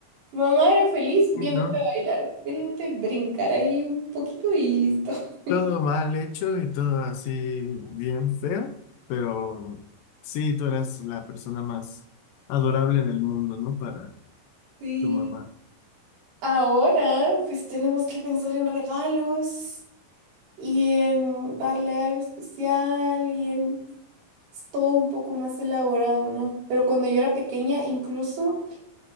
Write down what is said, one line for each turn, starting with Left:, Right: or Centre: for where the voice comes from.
Right: Mamá era feliz viéndote
Left: ¿no?
Right: bailar, viéndote brincar ahí un poquito y listo. <laughs>
Left: Todo mal hecho y todo así bien feo, pero sí, tú eras la persona más adorable en el mundo, ¿no? Para
Right: Sí.
Left: tu mamá.
Right: Ahora, pues tenemos que pensar en regalos y en darle algo especial y en es todo un poco más elaborado, ¿no? Pero cuando yo era pequeña, incluso